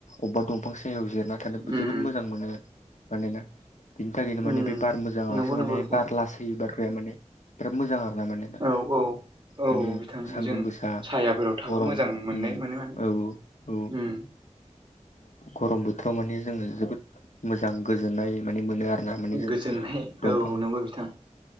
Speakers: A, on the left; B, on the right.
A: अबबा दंफां सायहायाव जिरायना थानो
B: उम
A: जोबोद मोजां मोनो मानोना बिनि थाखायनो
B: उम
A: माने बे बार मोजाङासो
B: नंगौ नंगौ
A: माने
B: बिथां
A: बार लासै बारग्राया माने बिराद मोजां आरो ना माने
B: औ औ औ
A: माने
B: बिथां
A: सान्दुं
B: जों
A: गोसा
B: सायाफोराव थाबा
A: गरम
B: मोजां मोननाय
A: उम
B: मोनो माने
A: औ औ गरम बोथोराव माने जोङो जोबोद मोजां गोजोननाय माने मोनो आरो दा माने जों
B: गोजोननाय
A: दंफां
B: औ नंगौ बिथां